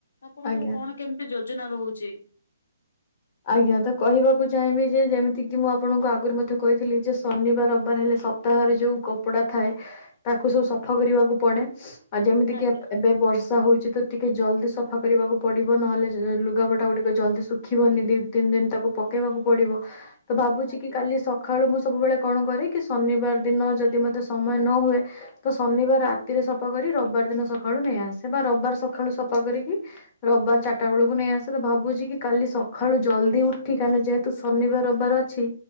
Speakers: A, on the left; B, on the left.
A: ଆପଣଙ୍କର
B: ଆଜ୍ଞା।
A: କଣ କେମିତି ଯୋଜନା ରହୁଛି?
B: ଆଜ୍ଞା ତ କହିବାକୁ ଚାହିଁବି ଯେ ଯେମିତି କିି ମୁଁ ଆପଣଙ୍କୁ ଆଗରୁ ମଧ୍ୟ କହିଥିଲି ଯେ ଶନିବାର ରବବାର ହେଲେ ସ ପ୍ତାହରେ ଯୋଉ କପଡା ଥାଏ ତାକୁ ସବୁ ସଫା କରିବାକୁ ପଡେ। ଆ, ଯେମିତିକି
A: ଆଜ୍ଞା
B: ଆମଭ, ଏବେ ବର୍ଷା ହଉଛି ତ ଟିକେ ଜଲଦି ସଫା କରିବାକୁ ପଡିବ ନହେଲେ ଯ- ଲୁଗାପଟା ଗୁଡ଼ିକ ଜଲଦି ଶୁଖିବନି। ଦି ତିନି ଦିନ ତାକୁ ପକେଇବାକୁ ପଡିବ। ତ ଭାବୁଛି
A: ଆଜ୍ଞା
B: କି କାଲି ସକ ଖାଳୁ ମୁଁ ସବୁବେଳେ କଣ କରେ କି ଶନିବାର ଦିନ ଯଦି ମୋତେ ସମୟ ନ ହୁଏ। ତ ଶନିବାର ରାତିରେ ସଫା କରି ରବବାର ଦିନ ସକାଳୁ ନେଇଆସେ। ବା ରବବାର ସଖାଳୁ ସଫା କରିକି ରବବାର ଚାଟା ବେଳକୁ ନେଇଆସେ ତ ଭାବୁଛି କି କାଲି ସ ଖାଳୁ ଜଲଦି ଉଠି କାହିଁକିନା ଯେହେତୁ ଶନିବାର ରବବାର ଅଛି